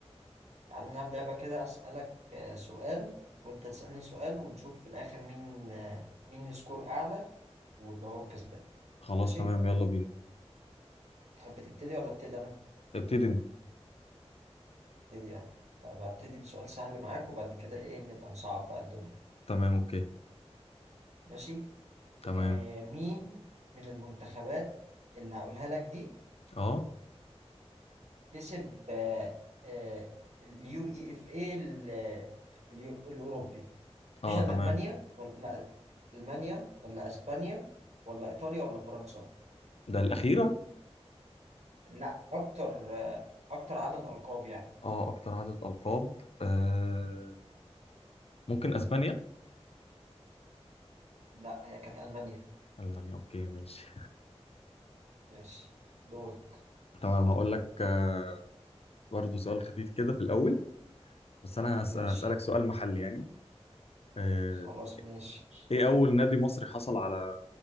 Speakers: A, on the right; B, on the left.
A: تعالى نلعب لعبه كده اسالك أه سؤال وانت تسالني سؤال ونشوف في الاخر مين أه مين السكور اعلى ويبقى هو الكسبان
B: <laughs> خلاص
A: ماشي
B: تمام يلا بينا
A: تحب تبتدي ولا ابتدي انا
B: ابتدي انت
A: ابتدي انا طب هبتدي بسؤال سهل معاك وبعد كده ايه نبقى نصعب بقى الدنيا
B: تمام اوكي
A: ماشي
B: تمام
A: آه، مين من المنتخبات اللي هقولها لك دي
B: اه
A: كسب آه، آه، اليو اي اف اي ال- اليو- الاوروبي <clears throat>
B: اه تمام
A: المانيا ولا لا المانيا ولا اسبانيا ولا ايطاليا ولا فرنسا
B: ده الاخيره
A: لا اكتر آه، اكتر عدد القاب يعني
B: اه اكتر عدد القاب آه. ممكن اسبانيا
A: لا هي كانت المانيا
B: المانيا اوكي ماشي
A: ماشي دورك
B: تمام هقول لك آه. برضه سؤال خفيف كده في الاول بس انا
A: ماشي
B: هس- هسالك سؤال محلي يعني آه.
A: خلاص ماشي
B: ايه اول نادي مصري حصل على